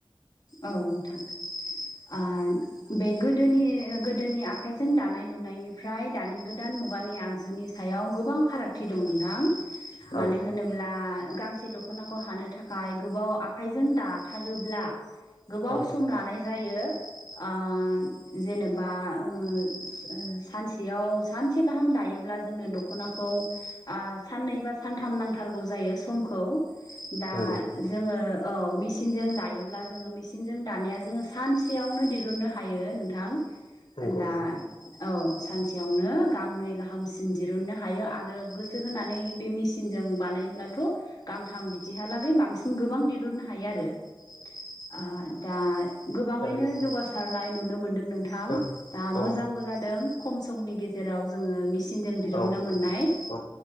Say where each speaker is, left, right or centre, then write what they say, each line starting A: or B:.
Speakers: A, on the left; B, on the left.
A: औ नोंथां ओ बे गोदोनि गोदोनि आखाइजों दानाय लुनायनिफ्राय दानि गोदान मुगानि आगजुनि। सायाव गोबां फारागथि दं नोंथां।
B: औ
A: मानो होनोब्ला गांसे दखनाखौ हानो थाखाय गोबाव आखाइजों दाथारोब्ला। गोबाव
B: औ
A: सम लानाय जायो ओ-जेनेबा। बा ओ-सानसेयाव सानसे गाहाम दायोब्ला जोंनो दखनाखौ। आ-साननै बा सानथाम नांथारगौ जायो समखौ। दा
B: नंगौ
A: जोङो ओ-मेचनजों दायो। अब्ला जोङो मेसिनजों दानाया जोङो सानसेयावनो दिरुननो हायो नोंथां।
B: नंगौ
A: आ दा। औ सानसेयावनो गांनै गाहामसिम दिरुननो हायो आरो गोसो होनानै बे मिस चनजों बानायोब्लाथ गांथाम बिदिहालागै बांसिन गोबां दहुननो हायो आरो। ओ दा गोबाङैनो
B: थारैनो
A: जौगासारनाय नुनो मोन नोंथां
B: औ
A: दा
B: औ
A: मोजांबो जादों खम समनि गेजेराव जोङो मि। सिनजों दिरुनन्नो
B: औ
A: मोननाय
B: औ